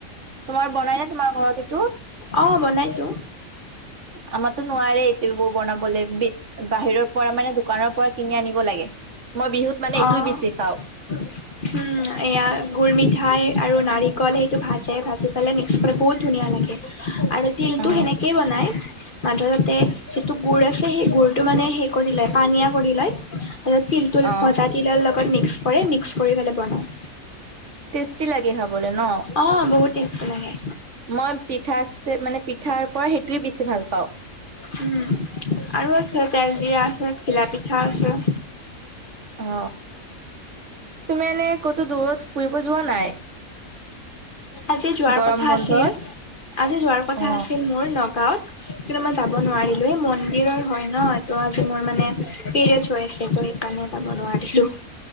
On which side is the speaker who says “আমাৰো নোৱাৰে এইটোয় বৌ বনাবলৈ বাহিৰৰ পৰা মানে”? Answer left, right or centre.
Right